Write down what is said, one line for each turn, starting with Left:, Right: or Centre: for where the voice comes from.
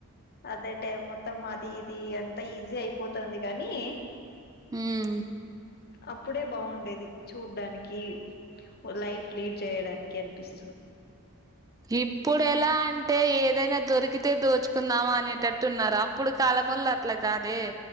Left: అదే టైం మొత్తం అది ఇది అంతా ఈజీ అయిపోతుంది గానీ
Right: హ్మ్
Left: అప్పుడే బాగుండేది చూడ్డానికి లైఫ్ లీడ్ చేయడానికి అనిపిస్తు
Right: ఇప్పుడు ఎలా అంటే ఏదైనా దొరికితే దోచుకుందాం అనేటట్టు ఉన్నారు అప్పుడు కాలం ముల్లాట్లా గాదే